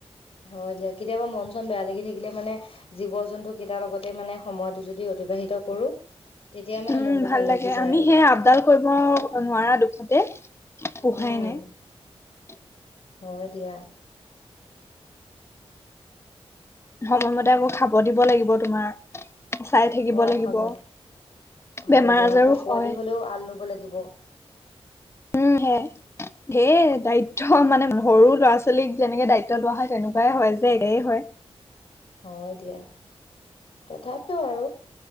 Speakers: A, on the left (about 65°); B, on the left (about 25°).
A: হয় দিয়া কেতিয়াবা মন চন বেয়া লাগি থাকিলে মানে জীৱ জন্তু কেইটাৰ লগতে মানে সময়তটো যদি অতিবাহিত। কৰো তেতিয়া মানে
B: উম',
A: মনটো
B: ভাল লাগে
A: লাগি যায়
B: আমি
A: আৰু
B: সেয়া আপডাল কৰিব নোৱাৰা দুখতে পুহাই
A: উম
B: নাই।
A: হয় দিয়া।
B: সময়মতে আকৌ খাব দিব লাগিব তোমাৰ। চাই থাকিব
A: অহ
B: লাগিব
A: ', খাব হয়
B: বেমাৰ
A: দিয়া
B: আজাৰো
A: আকৌ পোৱালি
B: হয়
A: হলেও আল লব লাগিব।
B: উম', সেয় হে ধেৰ দায়িত্ব মানে সৰু ল'ৰা ছোৱালীক যেনেকে দায়িত্ব লোৱা হয় তেনেকুৱাই হয় যে একেই হয়।
A: হয় দিয়া তথাপিও আৰু।